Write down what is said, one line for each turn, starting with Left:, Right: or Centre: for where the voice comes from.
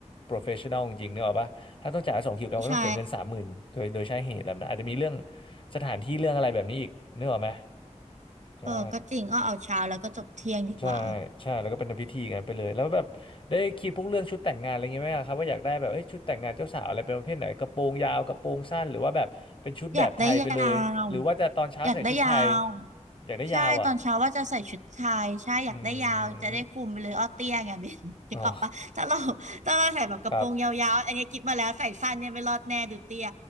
Left: professional จริงๆเนกอะปะถ้าต้องจ่ายสองคิวกันก็ต้องเสียเงินสามหมื่นโดยโดยใช้เหตุแบบนั้นอาจจะมีเรื่อง
Right: ใช่
Left: สถานที่เรื่องอะไรแบบนี้อีกนึกออกไหมใช่
Right: เออก็จริงอ้อเอาเช้าแล้วก็จบเที่ยงดีกว่า
Left: ใช่ใช่แล้วก็เป็นพิธีงั้นไปเลยแล้วแบบได้คิดพวกเรื่องชุดแต่งงานอะไรเงงี้ยไหมอะครับว่าอยากได้แบบเอ้ยชุดแต่งงานเจ้าสาวอะไรเป็นประเภทไหนกระโปรงยาวกระโปรงสั้นหรือว่าแบบเป็นชุดแบบไทยไปเลยหรือว่าจะตอนเช้าใส่ชุดไทย
Right: อยากได้ยาวอยากได้ยาว
Left: อยากได้ยาวอ่ะ
Right: ใช่ตอนเช้าว่าจะใส่ชุดชายใช่อยากได้ยาวจะได้คุมไปเลยอ้อเตี้ยไง
Left: อืม
Right: <laughs> เบน <laughs> นึกออกปะถ้าเรา
Left: อ๋อ
Right: <laughs> ถ้าเราใส่แบบกระโปรงยาวๆอันนี้คิดมาแล้วใส่สั้นเนี่ยไม่รอดแน่ดูเตี้ย
Left: ครับ